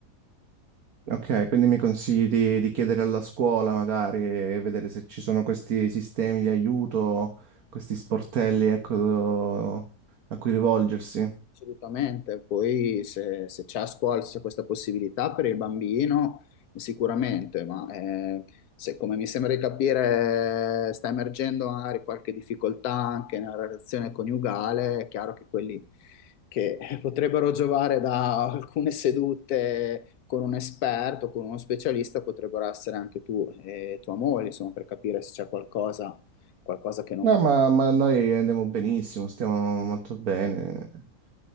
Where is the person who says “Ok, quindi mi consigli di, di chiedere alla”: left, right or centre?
Right